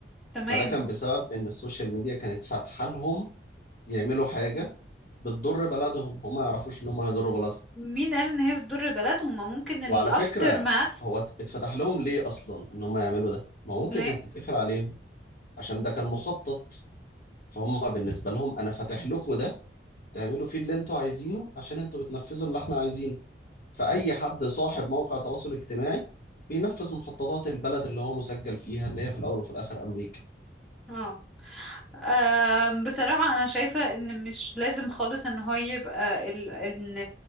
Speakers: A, in the centre; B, on the left.
A: تمام
B: فده كان بسبب ان السوشيال ميديا كانت فاتحه لهم يعملوا حاجه بتضر بلدهم هم ما يعرفوش ان هم هيضروا بلدهم
A: مين قال ان هي بتضر بلدهم ما ممكن الافتر
B: وعلى فكره
A: ماث
B: هو ات- اتفتح لهم ليه اصلا ان هم يعملوا ده ما ممكن
A: ليه
B: كانت تتقفل عليهم عشان ده كان مخطط فهم بالنسبه لهم انا فاتح لكم ده تعملوا فيه اللي انتوا عايزينه عشان انتوا بتنفذوا اللي احنا عايزينه فأي حد صاحب موقع تواصل اجتماعي بينفذ مخططات البلد اللي هو مسجل فيها اللي هي في الأول وفي الآخر أمريكا
A: اه أم، بصراحة أنا شايفة إن مش لازم خالص إن هو يبقى ال... إن